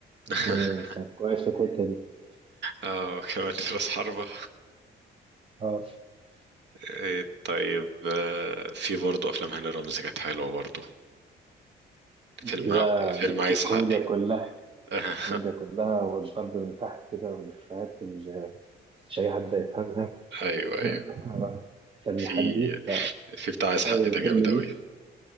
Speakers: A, on the right; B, on the right.
A: الفيلم
B: <laughs>
A: كان كويس في الحته دي
B: اه كمان <laughs> راس حربة
A: اه
B: إيه، طيب آه، في برضه افلام هاني رمزي كانت حلوة برضه
A: دي
B: فيلم
A: بقى
B: فيلم
A: دي
B: عايز
A: الكوميديا
B: حقي
A: كلها
B: <laughs> آه،
A: الكوميديا كلها والضرب من تحت كده والإفيهات اللي مش أي حد يفهمها
B: ايوه ايوه
A: <laughs> فيلم
B: في
A: حدي لا
B: في بتاع عايز حقي
A: أي
B: ده جامد
A: فيلم ليه
B: قوي